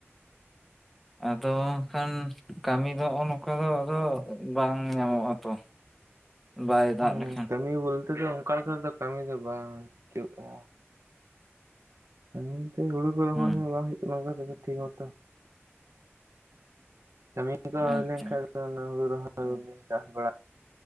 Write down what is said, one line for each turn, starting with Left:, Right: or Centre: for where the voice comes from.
Centre: ᱟᱫᱚ ᱠᱷᱟᱱ ᱠᱟᱹᱢᱤ ᱫᱚ ᱱᱚᱜ-ᱚ ᱱᱚᱝᱠᱟ ᱫᱚ ᱟᱫᱚ ᱵᱟᱝ ᱧᱟᱢᱚᱜ ᱟ ᱛᱚ ᱵᱟᱭ ᱫᱟᱜ
Right: ᱦᱩᱸ
Centre: ᱞᱮᱠᱷᱟᱱ
Right: ᱠᱟᱹᱢᱤ ᱵᱚᱞᱛᱮ ᱫᱚ ᱚᱱᱠᱟ ᱞᱮᱠᱟ ᱫᱚ ᱠᱟᱹᱢᱤ ᱫᱚ ᱵᱟᱝ ᱦᱩᱭᱩᱜ-ᱟ ᱛᱟᱭᱚᱢ ᱛᱮ ᱦᱩᱲᱩ ᱠᱚ ᱨᱚᱦᱚᱭ
Centre: ᱦᱩᱸ
Right: ᱦᱚᱸ ᱵᱟᱝ ᱦᱩᱭᱩᱜ ᱠᱟᱱᱟ <unintelligible> ᱴᱷᱤᱠ ᱢᱚᱛᱚ ᱛᱚ ᱠᱟᱹᱢᱤ ᱠᱚ ᱦᱩᱭ
Centre: ᱟᱪᱪᱷᱟ
Right: ᱞᱮᱱᱠᱷᱟᱡ ᱫᱚ ᱢᱟᱱᱮ ᱦᱩᱲᱩ ᱨᱚᱦᱚᱭ ᱠᱚᱜᱮ ᱪᱟᱥ ᱵᱟᱲᱟ